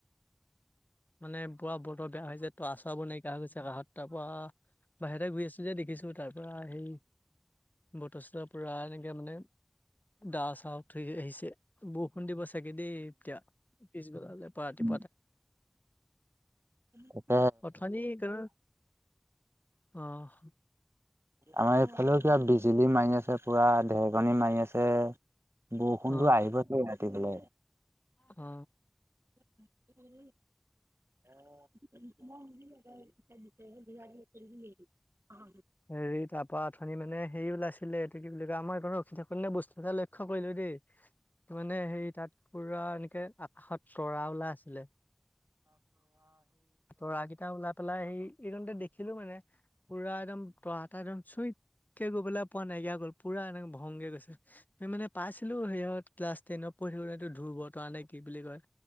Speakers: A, on the left; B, on the right.
A: মানে বৰা বতৰ বেয়া হৈছে ত <unintelligible> গৈছে কষত তাৰ পৰা বাহিৰতে ঘুৰি আছো যে দেখিছো তাৰ পৰা সেই বতৰ সতৰ পুৰা এনেকে মানে দা চাহ থৈ আহিছে বৰষুণ দিব চাগে দেই এতিয়া পিছবেলালে বা ৰাতি
B: উ, উ, <inaudible>
A: অঠনি কে আহ।
B: আমাৰ এইফালে পৰা বিজুলী মাৰি আছে পুৰা ধেৰকনী মাৰি আছে। বৰষুণটো
A: অ
B: আহিব দে ৰাতি পেলাই।
A: অ,
B: উম, <inaudible> <inaudible>
A: হেৰি তাৰপা আথানি মানে হেৰি ওলাইছিলে এইটো কি বুলি কয় আমাৰ এই ৰখি থাকো নে বস্তু ত লৈখো কৰিলো দেই, মানে হেৰি তাত পুৰা এনেকে আকাশত চৰা ওলাই আছিলে তৰাকেইটা ওলাই পেলাই সেই এইদতে দেখ দেখিলো মানে পুৰা একদম তৰাটা একদম চুইতকে গৈ পলৈ পোৱা নাইকিয়া গ'ল পুৰা একদম খংগে গৈছে মানে পাইছিলো সিহঁত ক্লাছ টেনত পঢ়ি <unintelligible> এইটো ধুৰব তৰা নে কি বুলি কয়